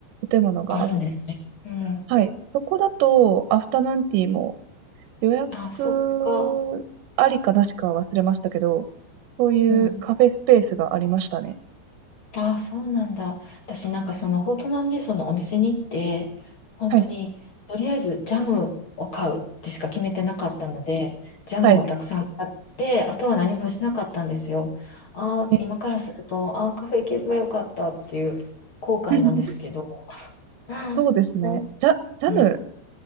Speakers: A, on the right (about 80°); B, on the left (about 55°).
A: 建物があっ
B: あるんですね。うん。
A: はい。そこだと、アフタヌーンティーも予約ありかなしか忘れましたけど、
B: あ、そっか。
A: そういうカフェスペースがありましたね。
B: うん。ああ、そうなんだ。私なんかそのフォートナンメイソンのお店に行って、本当にとりあえずジャムを買うってしか決めてなかったので、
A: はい。
B: ジャムをたくさん買って、
A: はい。
B: あとは何もしなかったんですよ。ああ、
A: ね
B: 今からすると、ああ、カフェ行けばよかったっていう後悔なんですけど。
A: <laughs>
B: ああ、
A: そうですね。
B: うん、
A: ジャ、ジャム、
B: うん。